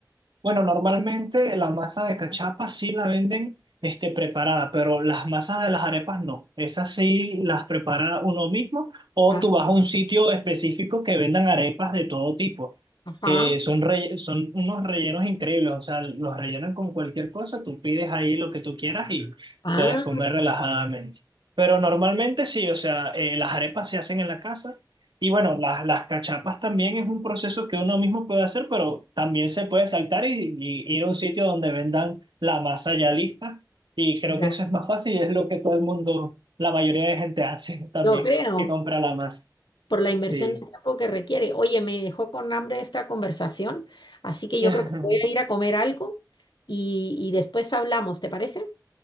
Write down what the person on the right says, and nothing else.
Bueno, normalmente la masa de cachapa sí la venden este, preparada, pero las masas de las arepas no. Esas sí las prepara uno mismo o
tú vas a un sitio específico que vendan arepas de todo tipo,
que son, relle- son unos rellenos increíbles, o sea, los rellenan con cualquier cosa, tú pides ahí lo que tú quieras y
puedes comer relajadamente. Pero normalmente sí, o sea, eh, las arepas se hacen en la casa y bueno, la- las cachapas también es un proceso que uno mismo puede hacer, pero también se puede saltar y, y ir a un sitio donde vendan la masa ya lista. Y creo
que eso es más fácil y es lo que todo el mundo, la mayoría de gente hace <laughs> también,
que compra la masa.
Sí.
<laughs>